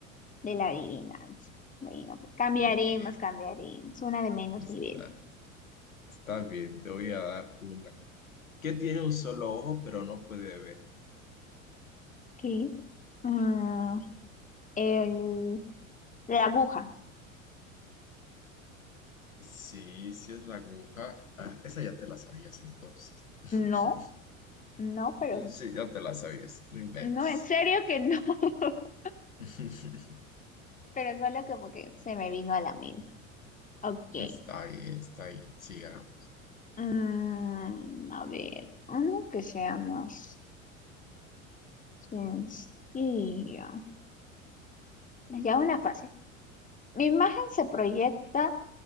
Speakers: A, on the left; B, on the left.
A: de la adivinanza. Bueno, pues cambiaremos,
B: Ok,
A: cambiaremos. Una de menos
B: está.
A: nivel.
B: Está bien, te voy a dar una. ¿Qué tiene un solo ojo pero no puede ver?
A: ¿Qué? Mm, el, la aguja.
B: Sí, sí es la aguja. Ah, esa ya te la sabías entonces. <laughs>
A: No, no, pero
B: Sí, ya te la sabías, no inventes.
A: no, en serio que no. <laughs>
B: <laughs>
A: pero solo como que se me vino a la mente. Ok.
B: Está bien, está bien. Siga.
A: Mm, a ver, uno que sea más sencillo. Ya una fase. Mi imagen se proyecta.